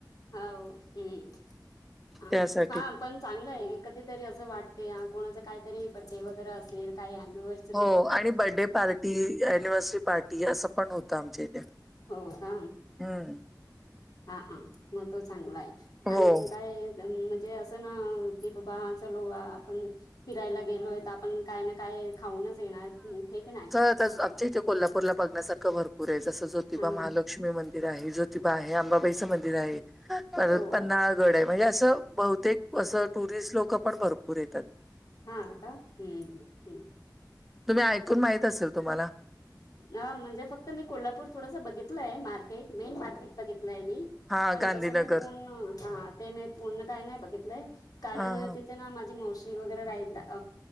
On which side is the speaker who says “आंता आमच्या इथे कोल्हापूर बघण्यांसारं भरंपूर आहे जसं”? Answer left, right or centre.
Centre